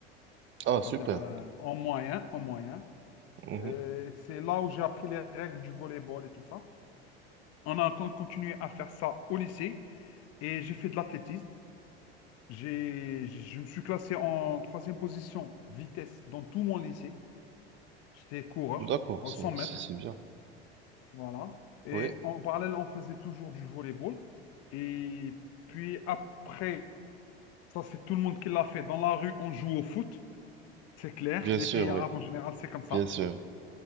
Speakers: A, on the right; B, on the left.
A: Ah,
B: c'est-à-dire
A: super.
B: euh, en moyen, en moyen.
A: Mhm.
B: Euh, c'est là où j'ai appris les règles du volleyball et tout ça. On a con- continué à faire ça au lycée et j'ai fait de l'athlétisme. J'ai, je me suis classé en troisième position vitesse dans tout mon lycée. J'étais coureur
A: D'accord,
B: en
A: c'est
B: 100 mètres.
A: c'est- c'est bien.
B: Voilà. Et
A: Oui,
B: en parallèle, on faisait toujours du volleyball. Et puis après, ça c'est tout le monde qui l'a fait. Dans la rue, on joue au foot, c'est clair.
A: bien
B: Les
A: sûr,
B: pays arabes
A: oui,
B: en général, c'est comme ça.
A: bien sûr.